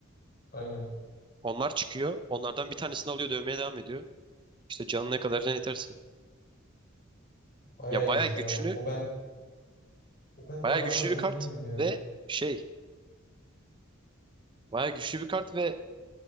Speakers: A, on the left (about 45°); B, on the right (about 25°).
A: Aynen.
B: Onlar çıkıyor. Onlardan bir tanesini alıyor dövmeye devam ediyor. İşte canına kadar can yeterse.
A: Bayağı
B: Ya
A: iyiymiş
B: baya güçlü.
A: ya. O O ben o bende
B: Baya
A: var
B: güçlü
A: mı emin
B: bir kart.
A: değilim ya.
B: Ve şey baya güçlü bir kart ve